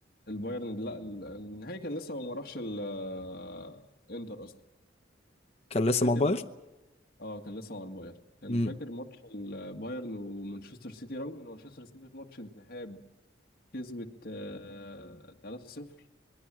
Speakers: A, on the left; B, on the left.
A: البايرن لا ال- النهائي كان لسه ما راحش الإنتر أصلا
B: كان لسه
A: فاكر
B: مع البايرن
A: اه كان لسه مع البايرن كان
B: مم.
A: فاكر ماتش البايرن ومانشستر سيتي رغم ان مانشستر سيتي في ماتش الذهاب كسبت آه، 3-0